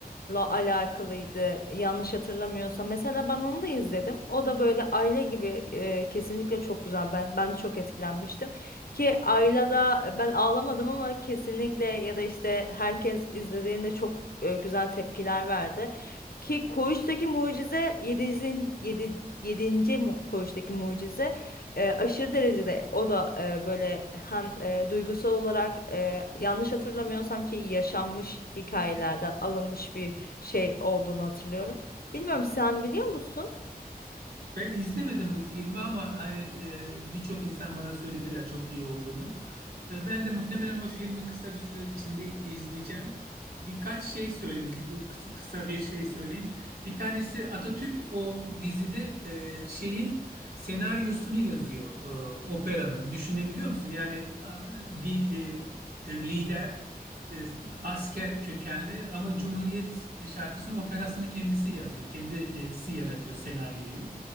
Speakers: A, on the left; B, on the right.
A: alakalıydı yanlış hatırlamıyorsam. Mesela ben onu da izledim. O da böyle Ayla gibi e, kesinlikle çok güzel. Ben ben de çok etkilenmiştim. Ki Ayla'da ben ağlamadım ama kesinlikle ya da işte herkes izlediğinde çok e, güzel tepkiler verdi. Ki Koğuş'taki mucize yedinci 7. 7. Koğuş'taki mucize e, aşırı derecede o da e, böyle hem e, duygusal olarak e, yanlış hatırlamıyorsam ki yaşanmış hikayelerden alınmış bir şey olduğunu hatırlıyorum. Bilmiyorum sen biliyor musun?
B: Ben izlemedim bu filmi ama hani e, birçok insan bana söylediler çok iyi olduğunu. E, ben de muhtemelen o filmi kısa bir süre içinde izleyeceğim. Birkaç şey söyleyeyim, kı- kı- kısa bir şey söyleyeyim. Bir tanesi Atatürk o dizide e, şeyin senaryosunu yazıyor e, operanın. Düşünebiliyor musun? Yani a- bir e, e, lider e, asker kökenli ama Cumhuriyet şarkısının operasını kendisi yazıyor. Kendisi yaratıyor senaryoyu.